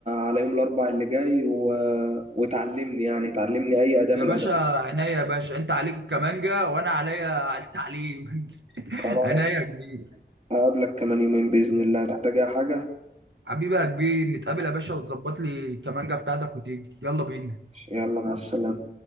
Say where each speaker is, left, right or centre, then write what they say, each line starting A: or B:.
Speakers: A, on the right (about 35°); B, on the right (about 85°).
A: على يوم الاربع اللي جاي و... وتعلمني يعني تعلمني اي اداة من
B: يا
A: الادوات
B: باشا عينيا يا باشا انت عليك الكمانجا وانا عليا التعليم <laughs>
A: خلاص
B: عينيا يا كبير
A: هقابلك كمان يومين باذن الله هتحتاج اي حاجه
B: حبيبي يا كبير نتقابل يا باشا وتظبط لي الكمانجا بتاعتك وتيجي يلا بينا
A: يلا مع السلامه